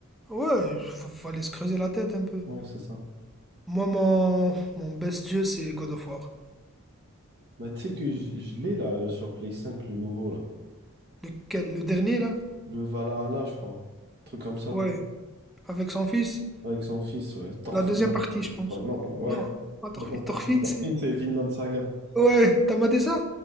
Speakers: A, in the centre; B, on the right (about 50°).
A: ouais, fa- fallait se creuser la tête un peu.
B: Ouais, c'est ça.
A: Moi, mon, mon best jeu, c'est God of War.
B: Mais tu sais que je, je l'ai là euh, sur Play 5, le nouveau là.
A: Lequel, le dernier, là?
B: Le Valhalla, je crois. Un truc comme ça.
A: Ouais, avec son fils.
B: Avec son fils, ouais. Thorfinn.
A: La deuxième partie, je pense.
B: Non, pas, ouais.
A: Non, pas Thorfinn.
B: Non, pas
A: Thorfinn,
B: Thorfinn. Thorfinn,
A: c'est...
B: c'est Vinland Saga.
A: Ouais, t'as maté ça?